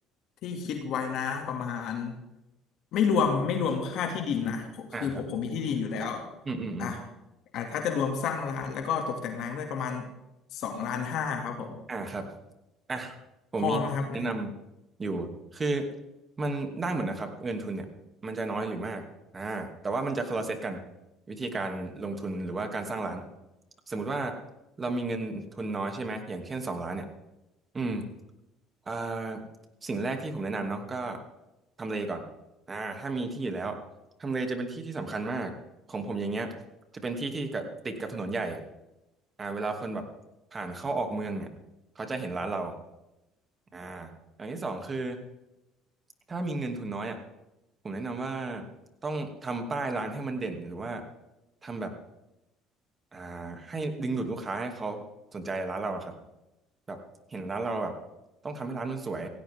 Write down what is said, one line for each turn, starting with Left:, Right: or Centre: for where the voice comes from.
Left: ที่คิดไว้นะประมาณไม่รวมไม่รวมค่าที่ดินนะผมคือผมผมมีที่ดินอยู่แล้ว
Right: อ่าครับอืมอืมอืม
Left: อ่ะอ่ะถ้าจะรวมสร้างร้านแล้วก็ตกแต่งร้านด้วยประมาณสองล้านห้าครับผม
Right: อ่าครับอ่ะผมมีแนะนำอยู่คือ
Left: พอไหมครับเนี่ย
Right: มันได้หมดนะครับเงินทุนเนี่ยมันจะน้อยหรือมากอ่าแต่ว่ามันจะคนละเซตกันวิธีการลงทุนหรือว่าการสร้างร้านสมมุติว่าเรามีเงินทุนน้อยใช่ไหมอย่างเช่นสองล้านเนี่ยอืมอ่าสิ่งแรกที่ผมแนะนำเนาะก็ทำเลก่อนอ่าถ้ามีที่อยู่แล้วทำเลจะเป็นที่ที่สำคัญมากของผมอย่างเงี้ย จะเป็นที่ที่กับติดกับถนนใหญ่อ่าเวลาคนแบบผ่านเข้าออกเมืองเนี่ยเขาจะเห็นร้านเราอ่าอย่างที่สองคือถ้ามีเงินทุนน้อยอ่ะผมแนะนำว่าต้องทำป้ายร้านให้มันเด่นหรือว่าทำแบบ อ่าให้ดึงดูดลูกค้าให้เขาสนใจร้านเราอะครับแบบเห็นร้านเราแบบต้องทำให้ร้านมันสวย